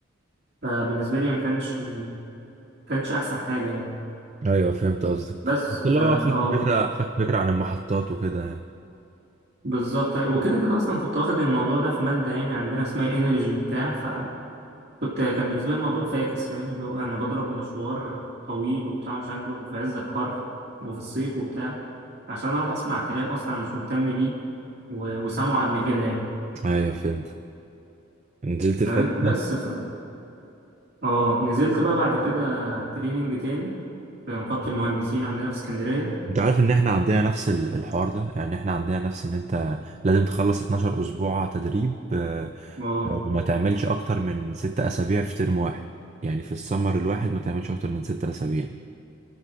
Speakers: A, on the right; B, on the right.
A: فبالنسبه لي ما كانش كانش احسن حاجه يعني
B: ايوه فهمت قصدك
A: بس
B: بس
A: فا
B: اللي هو خدت
A: اه
B: فكره خدت فكره عن المحطات وكده يعني.
A: بالظبط وكده كده اصلا كنت واخد الموضوع ده في ماده يعني عندنا اسمها انرجي وبتاع كنت كان بالنسبة لي الموضوع فاكس فاهم اللي هو أنا بضرب مشوار طويل وبتاع مش عارف إيه وفي عز الحر وفي الصيف وبتاع عشان أروح أسمع كلام أصلا أنا مش مهتم بيه و- وسامعه قبل كده يعني
B: ايوه فهمت نزلت
A: تمام
B: في حته
A: بس ف اه نزلت بقى بعد كده تريننج تاني في نقابة المهندسين عندنا في اسكندرية
B: انت عارف ان احنا عندنا نفس ال- الحوار ده يعني احنا عندنا نفس ان انت لازم تخلص 12 اسبوع تدريب آه،
A: اه
B: آه، وما تعملش اكتر من ست اسابيع في ترم واحد يعني في السمر الواحد ما تعملش اكتر من ست اسابيع